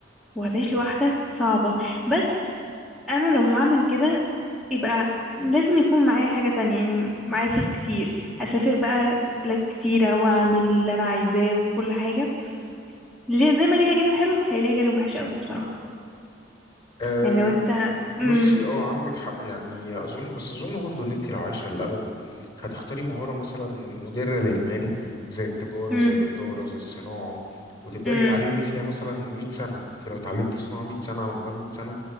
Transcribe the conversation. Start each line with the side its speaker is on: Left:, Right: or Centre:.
Centre: وهتعيش لوحدك صعبة بس انا لو هعمل كده يبقى لازم يكون معايا حاجة تانية يعني معايا فلوس كتير هسافر بقى بلاد كتيرة واعمل اللي انا عايزاه وكل حاجة ليه- زي ما ليها جانب حلو هي ليها جانب وحش قوي بصراحة
Left: امم
Centre: يعني لو انت
Left: بصي
Centre: امم
Left: اه عندك حق يعني اظن بس اظن برضه ان انت لو عايشه للابد هتختاري مهاره مثلا مدره للمال زي التجاره
Centre: امم
Left: زي الاداره زي الصناعه وتبداي
Centre: امم
Left: تتعلمي فيها مثلا 100 سنه انت لو اتعلمتي صناعه 100 سنه على مدار 100 سنه